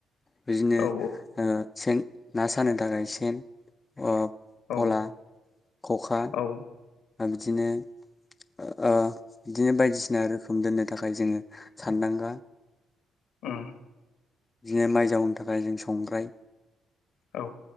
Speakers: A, on the left (about 25°); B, on the left (about 85°).
A: बिदिनो
B: औ
A: ओ सेन ना सानो थाखाय सेन ओ
B: औ
A: पला, खखा
B: औ
A: बिदिनो ओ ओ बिदिनो बायदिसिना रोखोम दोननो थाखाय जोङो सानदांगा
B: उम
A: <inaudible> बिदिनो माइ जावनो थाखाय जों संग्राय
B: औ।